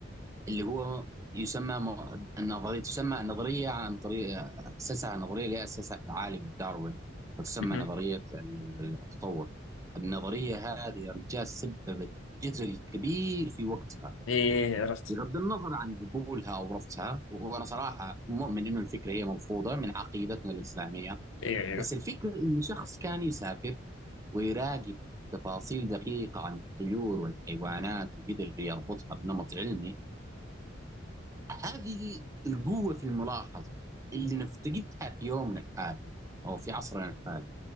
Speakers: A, on the right; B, on the left.
A: اللي هو يسمى م- النظرية تسمى النظرية عن طريق أسسها النظرية اللي أسسها العالم داروين وتسمى
B: مهم.
A: نظرية ال- التطور النظرية هذه يا رجال سببت جدل كبير في وقتها
B: إيه عرفت
A: بغض النظر عن قبولها أو رفضها وأنا صراحة مؤمن إنه الفكرة هي مرفوضة من عقيدتنا الإسلامية
B: إيه إيه
A: بس الفكرة إنه شخص كان يسافر ويراقب تفاصيل دقيقة عن الطيور والحيوانات وقدر يربطها بنمط علمي هذه القوة في الملاحظة اللي نفتقدها في يومنا الحالي أو في عصرنا الحالي